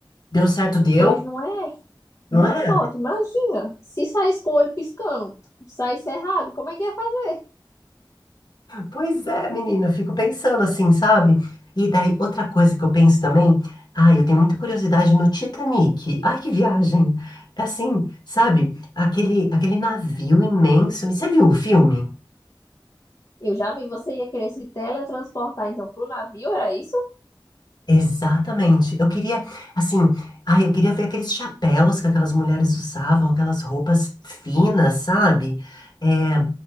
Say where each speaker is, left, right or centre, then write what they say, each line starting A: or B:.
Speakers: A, on the left; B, on the left.
A: Deu certo, deu,
B: Pois não é uma
A: não é?
B: foto, imagina. Se saísse com o olho piscando, saísse errado, como é que ia fazer?
A: Pois é, menina, eu fico pensando assim, sabe? E daí, outra coisa que eu penso também, ai, eu tenho muita curiosidade no Titanic. Ai, que viagem! É Assim, sabe? Aquele, aquele navio imenso. Você viu o filme?
B: Eu já vi, você ia querer se teletransportar então pro navio, era isso?
A: Exatamente. Eu queria, assim, ai, eu queria ver aqueles chapéus que aquelas mulheres usavam, aquelas roupas finas, sabe? É,